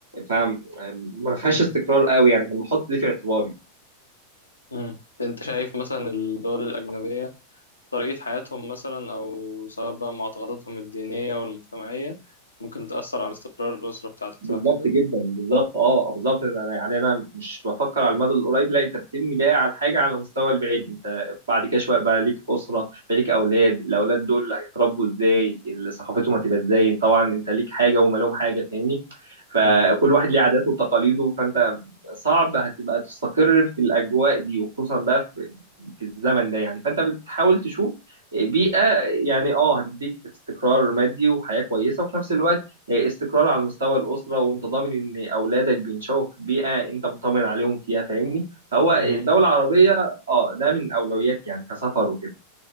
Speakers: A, on the right (about 70°); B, on the left (about 80°).
A: فما فيهاش
B: مم.
A: استقرار قوي يعني فبحط دي في اعتباري
B: مم. أنت شايف مثلا الدول الأجنبية طريقة حياتهم مثلا أو سواء بقى معتقداتهم الدينية والمجتمعية ممكن تأثر على استقرار الأسرة بتاعتك
A: بالظبط
B: صح كده؟
A: جدا بالظبط اه بالظبط انا يعني انا مش بفكر على المدى القريب لا انت بتبني بقى على حاجه على المستوى البعيد انت بعد كده شويه بقى ليك اسره بقى ليك اولاد الاولاد دول هيتربوا ازاي ال- ثقافتهم هتبقى ازاي طبعا انت ليك حاجه وهم لهم حاجه فاهمني فكل
B: مم.
A: واحد ليه عاداته وتقاليده فانت صعب هتبقى تستقر في الاجواء دي وخصوصا بقى في, في الزمن ده يعني فانت بتحاول تشوف بيئه يعني اه هتديك استقرار مادي وحياه كويسه وفي نفس الوقت استقرار على مستوى الأسرة وأنت ضامن إن أولادك بينشأوا في بيئة أنت مطمن عليهم فيها فاهمني فهو الدولة
B: مم.
A: العربية أه ده من أولوياتي يعني كسفر وكده